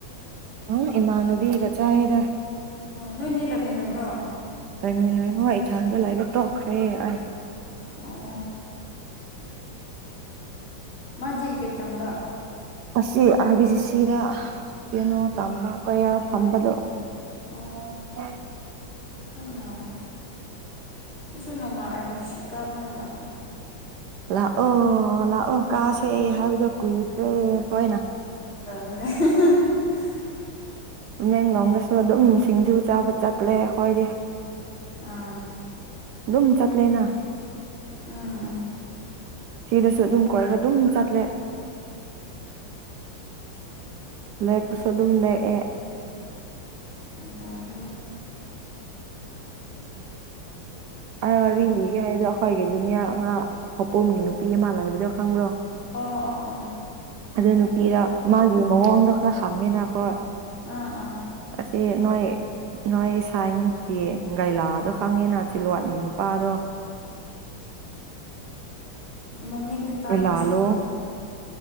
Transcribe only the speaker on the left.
ꯑꯣ ꯅꯣꯏ ꯅꯤꯦꯜꯂꯝꯃꯤꯟꯅꯕ꯭ꯔꯣ
ꯑꯣ ꯃꯖꯤ ꯀꯩ ꯇꯝꯕ
ꯑꯣ
ꯌꯥꯝ ꯅꯨꯡꯉꯥꯏ ꯀꯩꯁꯨ ꯅꯅꯨꯡꯃꯥꯏ ꯑꯔꯕꯤꯁꯤꯀꯥꯕ ꯂꯥꯛꯀꯦ
<inaudible>
ꯑꯥ
ꯎꯝ ꯎꯝ
ꯇꯒ
ꯑꯣ ꯑꯣ ꯑꯣ
ꯑꯥ ꯑꯥ
ꯃꯃꯤꯡꯒꯤ ꯇꯥꯏ
ꯃꯁꯛꯇꯤ